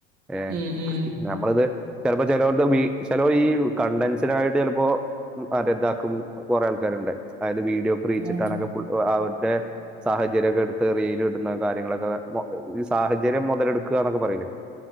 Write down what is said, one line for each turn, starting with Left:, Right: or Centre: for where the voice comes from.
Centre: ഏ
Right: ഉം ഉം
Centre: ഞമ്മളിത് ചെൽപ്പോ ചെലോർടെ വീ ചെലൊ ഈ കണ്ടൻസിനായിട്ട് ചെൽപ്പോ <unintelligible> കൊറെ ആൾക്കാര് ണ്ട് ആയത് വീഡിയോക്ക് റീച്ച്ട്ടാനൊക്കെ
Right: ഉം
Centre: പുൾ ഒ അവര്ടെ സാഹചര്യൊക്കട്ത്ത് റീല് ട്ണ കാര്യങ്ങളൊക്കെ എ ഈ സാഹചര്യം മൊതല്‌ട്ക്ക ന്നൊക്കെ പറയിലെ